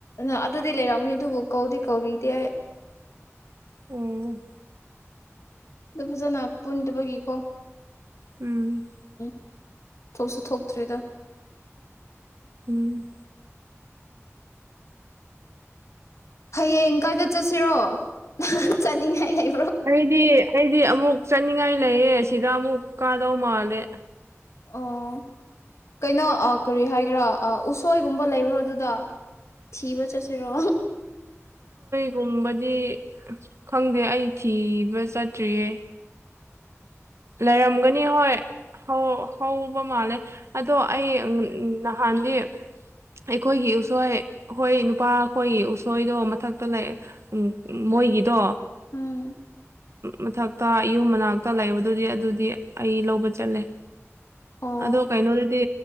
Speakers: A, on the left; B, on the right.
A: ꯑ ꯑꯗꯨꯗꯤ ꯂꯩꯔꯝꯅꯤ ꯑꯗꯨꯕꯨ ꯀꯧꯗꯤ ꯀꯧꯕꯤꯗꯤꯦ
B: ꯎ
A: ꯑꯗꯨ ꯐꯖꯅ ꯄꯨꯟꯗꯕꯒꯤꯀꯣ
B: ꯎꯝ
A: ꯎꯝ ꯊꯣꯛꯁꯨ ꯊꯣꯛꯇ꯭ꯔꯔꯤꯗ
B: ꯎꯝ
A: ꯍꯌꯦꯡ ꯀꯥꯏꯗ ꯆꯠꯁꯤꯔꯣ ꯅꯍ ꯆꯠꯅꯤꯡꯉꯥꯏ ꯂꯩ
B: ꯑꯩꯗꯤ ꯑꯩꯗꯤ ꯑꯃꯨꯛ ꯆꯠꯅꯤꯡꯉꯥꯏ ꯂꯩꯌꯦ ꯁꯤꯗ ꯑꯃꯨꯛ ꯀꯥꯗꯧ ꯃꯥꯜꯂꯦ
A: ꯑꯣ ꯀꯩꯅꯣ ꯀꯔꯤ ꯍꯥꯏꯒ꯭ꯔꯥ ꯎꯁꯣꯏꯒꯨꯝꯕ ꯂꯩꯕ꯭ꯔꯣ ꯑꯗꯨꯗ ꯊꯕ ꯆ ꯁꯦꯔꯣ
B: ꯊꯨꯝꯕꯗꯤ ꯈꯪꯗꯦ ꯑꯁꯤ ꯑꯩ ꯊꯤꯕ ꯆꯠꯇ꯭ꯔꯤꯌꯦ ꯂꯩꯔꯝꯒꯅꯤ ꯍꯣꯏ ꯍ ꯍꯧꯕ ꯃꯥꯜꯂꯦ ꯑꯗꯣ ꯑꯩ ꯅꯍꯥꯟꯗꯤ ꯑꯩꯈꯣꯏꯒꯤ ꯎꯁꯣꯏ ꯑꯩꯈꯣꯏ ꯅꯨꯄꯥ ꯑꯩꯈꯣꯏꯒꯤ ꯎꯁꯣꯏꯗꯣ ꯃꯊꯛꯇ ꯂꯩ ꯃꯣꯏꯒꯤꯗꯣ
A: ꯎꯝ
B: ꯃꯊꯛꯇ ꯑꯁꯤ ꯌꯨꯝ ꯃꯅꯥꯛꯇ ꯂꯩꯕꯗꯨꯗꯤ ꯑꯗꯨꯗꯤ ꯑꯩ ꯂꯧꯕ ꯆꯠꯂꯦ
A: ꯑꯣ
B: ꯑꯗꯣ ꯀꯩꯅꯣꯗꯗꯤ